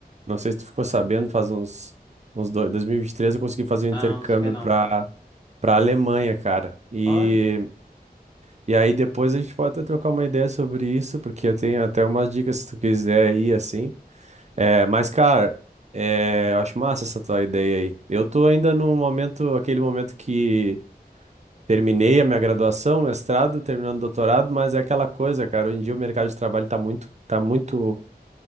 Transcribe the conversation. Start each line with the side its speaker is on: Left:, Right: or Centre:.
Right: não sei se tu ficou sabendo, faz uns, uns dois, 2023 eu consegui fazer um
Left: Não,
Right: intercâmbio
Left: não sei não.
Right: pra, pra Alemanha, cara. E
Left: Olha.
Right: E aí depois a gente pode até trocar uma ideia sobre isso, porque eu tenho até umas dicas se tu quiser ir assim. É, mas, cara, é, eu acho massa essa tua ideia aí. Eu tô ainda no momento, aquele momento que terminei a minha graduação, mestrado, terminando o doutorado, mas é aquela coisa, cara, hoje em dia o mercado de trabalho tá muito, tá muito